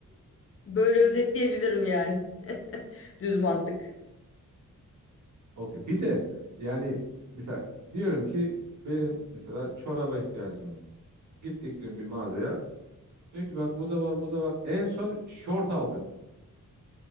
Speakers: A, on the left; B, on the right.
A: Böyle özetleyebilirim yani. <laughs> Düz mantık.
B: Okey. Bir de yani mesela diyorum ki benim mesela çoraba ihtiyacım var. Gittik dün bir mağazaya. Diyor ki bak bu da var bu da var. En son şort aldık.